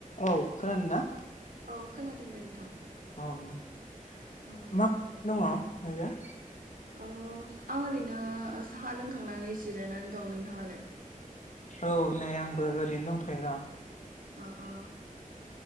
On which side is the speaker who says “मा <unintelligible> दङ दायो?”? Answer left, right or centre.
Left